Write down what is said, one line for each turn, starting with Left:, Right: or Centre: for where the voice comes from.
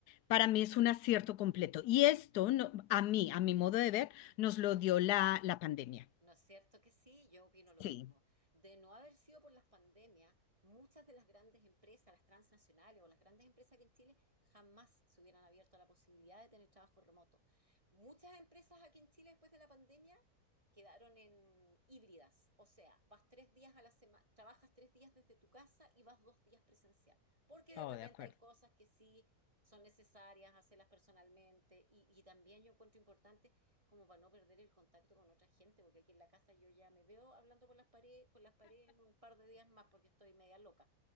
Left: para mí es un acierto completo. Y esto, no- a mí, a mi modo de ver, nos lo dio la, la pandemia.
Right: ¿No es cierto que sí? Yo opino lo
Left: Sí.
Right: mismo. De no haber sido por las pandemias, muchas de las grandes empresas, las transnacionales o las grandes empresas que en Chile jamás se hubieran abierto a la posibilidad de tener trabajo remoto. Muchas empresas aquí en Chile después de la pandemia quedaron en híbridas, o sea, vas tres días a la semana, trabajas tres días desde tu casa y vas dos días presencial, porque de
Left: Oh,
Right: repente
Left: de acuerdo.
Right: hay cosas que sí son necesarias hacerlas personalmente y, y también yo encuentro importante como para no perder el contacto con otra gente, porque aquí en la casa yo ya me veo hablando con las paredes, con las paredes en un par de días más porque estoy media loca.